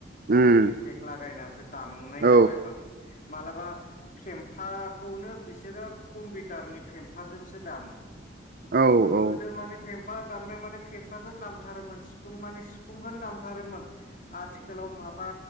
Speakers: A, on the right; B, on the left.
A: उम
B: एफेक्ट लागायनासो दामनाय जाबाय
A: औ
B: मान मालाबा फेमफाखौनो बिसोरो कम्पिउटारनि फेमफाजोंसो दामो,
A: औ
B: गोदो
A: औ
B: माने फेम्फा, दामनाय माने फेमफाखौनो दामथारोमोन सिफुं माने सिफुंखौनो दामथारोमोन आथिखाालाव माबा,